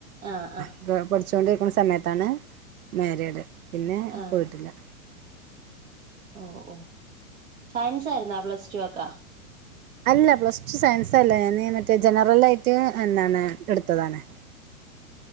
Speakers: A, on the right; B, on the right.
A: ആഹ് ആഹ്
B: ഓ പഠിച്ചുകൊണ്ടിരിക്കുന്ന സമയത്താണ് മാരീഡ് പിന്നെ
A: ആഹ്
B: പോയിട്ടില്ല.
A: ഓ ഓ സയൻസ് ആയിരുന്നാ പ്ലസ് ടു ഒക്കെ
B: അല്ല പ്ലസ് ടു സയൻസ് അല്ല ഞാൻ മറ്റേ ജനറൽ ആയിട്ട് എന്താണ് എടുത്തതാണ്.